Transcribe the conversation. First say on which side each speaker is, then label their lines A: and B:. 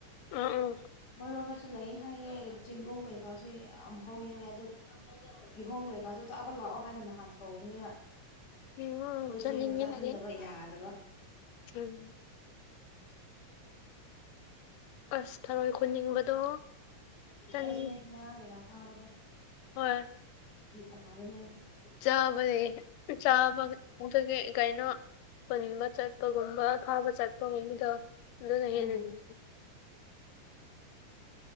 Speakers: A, on the left; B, on the left.
A: ꯑꯥ ꯑꯥ
B: ꯃꯣꯏꯔꯣꯝꯗꯁꯨ ꯁꯨ ꯂꯩ ꯍꯥꯏꯌꯦ ꯆꯦꯡꯒꯨꯝ ꯀꯩꯀꯥꯁꯨ ꯌꯥꯝ ꯍꯧꯋꯤ ꯍꯥꯏ ꯑꯗꯣ ꯀꯤꯍꯣꯝ ꯀꯩꯀꯥꯁꯨ ꯆꯥꯕ ꯂꯥꯛꯑꯣ ꯍꯥꯏꯅ ꯅꯍꯥꯟ ꯀꯧꯕꯅꯦꯕ
A: ꯎꯝ
B: ꯑꯩꯈꯣꯏ ꯏꯆꯦꯅ
A: ꯆꯠꯅꯤꯡꯉꯦ
B: ꯆꯠꯍꯟꯗꯕ
A: ꯍꯥꯏꯗꯤ
B: ꯌꯥꯗꯕ
A: ꯎꯝ ꯑꯁ ꯊꯔꯣꯏ ꯈꯨꯟꯅꯤꯡꯕꯗꯣ ꯆꯠꯅꯤꯡ
B: ꯑꯩꯁꯨꯅꯦ ꯉꯥ ꯀꯩꯀꯥ ꯐꯥꯕꯗꯣ
A: ꯍꯣꯏ
B: <unintelligible>
A: ꯆꯥꯕꯅꯤ ꯆꯥꯕ ꯀꯩꯅꯣ ꯄꯨꯟꯅꯤꯡꯕ ꯆꯠꯄꯒꯨꯝꯕ ꯊꯥꯕ ꯆꯠꯄ <unintelligible> ꯑꯗꯨꯅ ꯍꯦꯟꯅ
B: ꯎꯝ
A: ꯅꯨꯉꯥꯏ